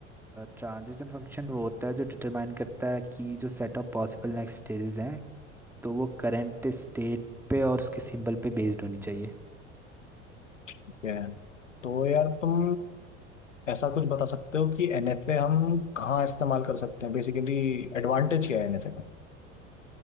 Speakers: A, in the centre; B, on the left.
A: ट्रांजिशन फंक्शन वो होता है जो डिटरमाइन करता है कि जो set of possible next stages हैं तो वो करंट स्टेट पे और उसके सिंबल पे बेस्ड होनी चाहिए
B: ठीक है तो यार तुम ऐसा कुछ बता सकते हो कि एनएफए हम कहाँ इस्तेमाल कर सकते हैं बेसिकली एडवांटेज क्या है एनएफए का